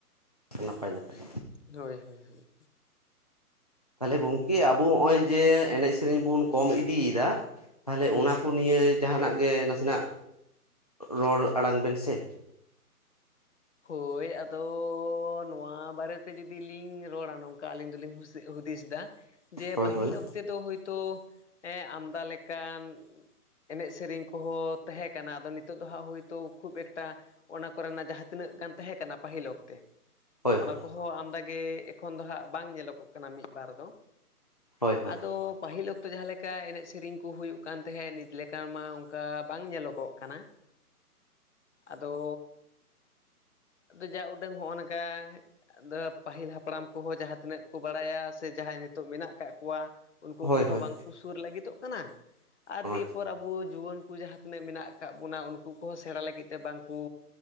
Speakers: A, on the left; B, on the left.
A: ᱱᱟᱯᱟᱭ ᱱᱟᱯᱟᱭ᱾
B: ᱦᱳᱭ ᱦᱳᱭ ᱦᱳᱭ ᱦᱳᱭ᱾
A: ᱛᱟᱦᱞᱮ ᱜᱚᱝᱠᱮ ᱟᱵᱚ ᱦᱚᱸᱜ-ᱚᱭ ᱡᱮ ᱮᱱᱮᱡ ᱥᱮᱨᱮᱧ ᱵᱚᱱ ᱠᱚᱢ ᱤᱫᱤᱭᱮᱫᱟ, ᱛᱟᱦᱞᱮ
B: ᱦᱩᱸ
A: ᱚᱱᱟ ᱠᱚ ᱱᱤᱭᱟᱹ ᱡᱟᱸᱦᱟᱱᱟᱜ ᱜᱮ ᱱᱟᱥᱮᱱᱟᱜ ᱨᱚᱲ ᱟᱲᱟᱝ ᱵᱮᱱ ᱥᱮ᱾
B: ᱦᱳᱭ ᱟᱫᱚᱻ ᱱᱚᱣᱟ ᱵᱟᱨᱮᱛᱮ ᱡᱩᱫᱤ ᱞᱤᱧ ᱨᱚᱲᱟ ᱱᱚᱝ ᱠᱟ ᱟᱹᱞᱤᱧ ᱫᱚᱞᱤᱧ ᱦᱩᱥᱤ, ᱦᱩᱫᱤᱥᱫᱟ ᱡᱮ
A: ᱦᱳᱭ
B: ᱯᱟᱹᱦᱤᱞ
A: ᱦᱳᱭ
B: ᱚᱠ ᱛᱮᱫᱚ ᱦᱳᱭᱛᱚ ᱮᱸᱜ ᱟᱢᱫᱟ ᱞᱮᱠᱟᱱ ᱮᱱᱮᱡ ᱥᱮᱨᱮᱧ ᱠᱚᱦᱚᱸ ᱛᱮᱦᱮᱸ ᱠᱟᱱᱟ ᱟᱫᱚ ᱱᱤᱛᱳᱜ ᱫᱚ ᱦᱟᱸᱜ ᱦᱳᱭᱛᱳ ᱠᱷᱩᱵ ᱮᱠᱴᱟ ᱚᱱᱟ ᱠᱚᱨᱮᱱᱟᱜ ᱡᱟᱦᱟᱸ ᱛᱤᱱᱟᱹᱜ ᱜᱟᱱ ᱛᱟᱦᱮᱸ ᱠᱟᱱᱟ ᱯᱟᱹᱦᱤᱞ ᱚᱠᱛᱮ
A: ᱦᱳᱭ
B: ᱚᱱᱟ
A: ᱦᱳᱭ
B: ᱠᱚ ᱦᱚᱸ ᱟᱢᱫᱟ ᱜᱮ ᱮᱠᱷᱚᱱ ᱫᱚ ᱦᱟᱸᱜ ᱵᱟᱝ ᱧᱮᱞᱚᱜᱚᱜ ᱠᱟᱱᱟ ᱢᱤᱫ ᱵᱟᱨ ᱫᱚ᱾
A: ᱦᱳᱭ ᱦᱳᱭ
B: ᱟᱫᱚ ᱯᱟᱹᱦᱤᱞ ᱚᱠᱛᱚ ᱡᱟᱦᱟᱸ ᱞᱮᱠᱟ ᱮᱱᱮᱡ ᱥᱮᱨᱮᱧ ᱠᱚ ᱦᱩᱭᱩᱜ ᱠᱟᱱ ᱛᱟᱦᱮᱸᱫ ᱱᱤᱛ ᱢᱟ ᱚᱱᱠᱟ ᱵᱟᱝ ᱧᱮᱞᱚᱜᱚᱜ ᱠᱟᱱᱟ᱾ ᱟᱫᱚ ᱟᱫᱚ ᱡᱟ ᱩᱰᱟᱹᱝ ᱦᱚᱸᱜ-ᱚ ᱱᱚᱝᱠᱟ <unintelligible> ᱯᱟᱹᱦᱤᱞ ᱦᱟᱯᱲᱟᱢ ᱠᱚᱦᱚᱸ ᱡᱟᱦᱟᱸ ᱛᱤᱱᱟᱹᱜ ᱠᱚ ᱵᱟᱲᱟᱭᱟ ᱥᱮ ᱡᱟᱦᱟᱸᱭ ᱱᱤᱛᱳᱜ ᱢᱮᱱᱟᱜ ᱠᱟᱜ ᱠᱚᱣᱟ᱾ ᱩᱱᱠᱩ
A: ᱦᱳᱭ
B: ᱠᱚᱦᱚᱸ
A: ᱦᱳᱭ
B: ᱵᱟᱝᱠᱚ ᱥᱩᱨ ᱞᱟᱹᱜᱤᱫᱚᱜ ᱠᱟᱱᱟ ᱟᱨ
A: ᱦᱳᱭ
B: ᱫᱤᱭᱮᱯᱚᱨ ᱟᱵᱚ ᱡᱩᱣᱟᱹᱱ ᱠᱚ ᱡᱟᱦᱟᱸ ᱛᱤᱱᱟᱹᱜ ᱢᱮᱱᱟᱜ ᱟᱠᱟᱫ ᱵᱚᱱᱟ ᱩᱱᱠᱩ ᱠᱚᱦᱚᱸ ᱥᱮᱬᱟ ᱞᱟᱹᱜᱤᱫ ᱛᱮ ᱵᱟᱝᱠᱚ